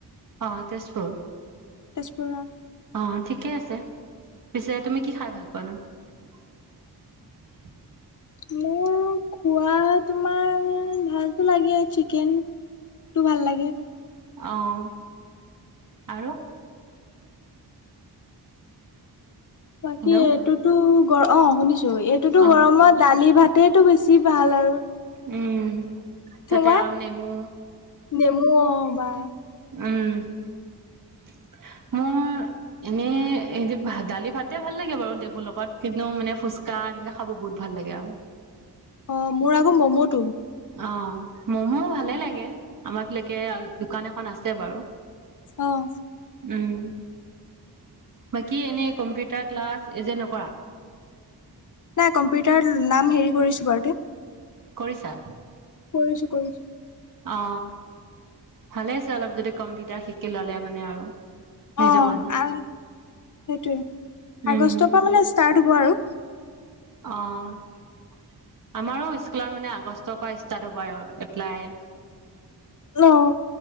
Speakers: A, on the right; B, on the left.
A: অ তেজপুৰ
B: তেজপুৰ
A: অ ঠিকে আছে পিছে তুমি কি খাই ভাল পানো <unintelligible>
B: মোৰ খোৱা তোমাৰ ভালতো লাগে চিকেন। তোৰ ভাল লাগে।
A: আহ আৰু
B: বাকী
A: হেল্ল'
B: এইটোতো গ অ শুনিছো এইটোতো
A: অ
B: গৰমত দালি ভাতেটো বেছি ভাল আৰু
A: উম তাতে
B: তোমাৰ
A: আৰু নেমু
B: নেমু অ। মবা
A: উম মোৰ এনেই এই দালি ভাতে ভাল লাগে বাৰু দেবোৰ লগত কিন্তু মানে খোজকাঢ় কা এনেকা খাব বহুত ভাল লাগে আৰু
B: অ মোৰ আকৌ ম'ম'টো
A: অ মমো ভালে লাগে আমাৰ ফকে দোকান এখন আছে বাৰু
B: আহ
A: উম বাকী এনে কম্পিউটাৰ ক্লাছ এ যে নকৰা
B: নাই কম্পিউটাৰ নাম হেৰি কৰিছো বাৰু তে
A: কৰিছা
B: কৰিছো কৰিছো
A: অ ভালে আছে অলপ যদি কম্পিউটাৰ শিকি ললে মানে আৰু নিজৰ
B: অ আ
A: কাৰণে
B: সেইটোৱে
A: উম
B: আগষ্টৰ পৰা মানে ষ্টাৰ্ট হ'ব আৰু
A: অ আমাৰো স্কুলত মানে আগষ্টৰ পৰা ষ্টাৰ্ট হ'ব ব এপ্লাই
B: অহ